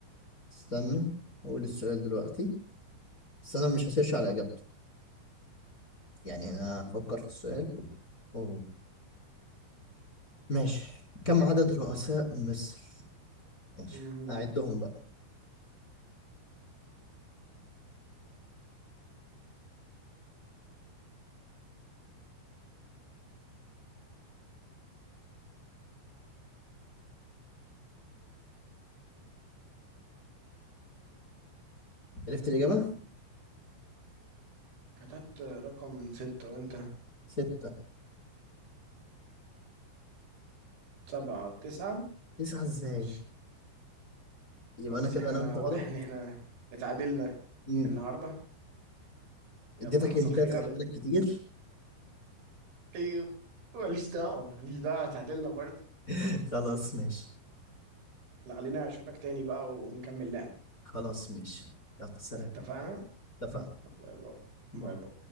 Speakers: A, on the left; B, on the right.
A: استنى هقول السؤال دلوقتي بس انا مش هسيرش على اجابته يعني انا هفكر في السؤال أوه. ماشي كم عدد رؤساء مصر ماشي
B: أمم.
A: أعدهم بقى عرفت الإجابة
B: كتبت رقم ستة وانت
A: ستة
B: سبعة تسعة
A: تسعة إزاي
B: ماشي
A: يبقى
B: خلاص
A: أنا كده
B: احنا
A: نمت
B: واضح
A: غلط
B: ان احنا اتعادلنا
A: مم.
B: النهاردة يلا
A: اديتك
B: حصل
A: هنتات
B: خير
A: خلي بالك كتير
B: ايوه ماليش دعوة ماليش دعوة اتعادلنا برضه
A: <laughs> خلاص ماشي
B: لا، خلينا اشوفك تاني بقى ونكمل لعب
A: خلاص ماشي يلا سلام
B: اتفقنا
A: اتفقنا
B: باي باي
A: باي.
B: باي باي